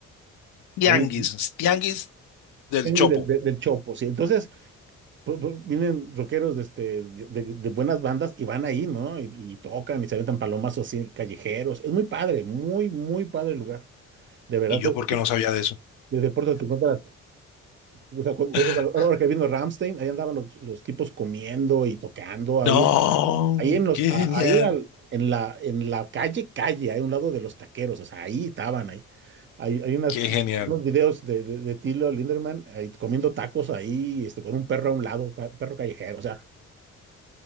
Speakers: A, on the left (about 80°); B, on the right (about 40°).
A: tianguis,
B: Ahí,
A: tianguis del
B: del,
A: Chopo.
B: del, del Chopo, sí. Entonces, pues, pues, vienen rockeros de, este, de, de, buenas bandas y van ahí, ¿no? Y, y, tocan y se aventan palomazos así, callejeros. Es muy padre, muy, muy padre el lugar. De verdad,
A: Y yo
B: pues,
A: porque no sabía de eso.
B: desde Puerto te encuentras. O sea, cu-
A: <laughs>
B: cu- ahora que vino Ramstein, ahí andaban los, los tipos comiendo y tocando
A: No,
B: ahí Ahí en los,
A: qué
B: a-
A: genial,
B: ahí al- en la, en la calle, calle, hay un lado de los taqueros, o sea, ahí estaban ahí. Hay, hay unas,
A: qué genial.
B: unos videos de, de, de Tilo Linderman ahí comiendo tacos ahí, este, con un perro a un lado, ca- perro callejero, o sea.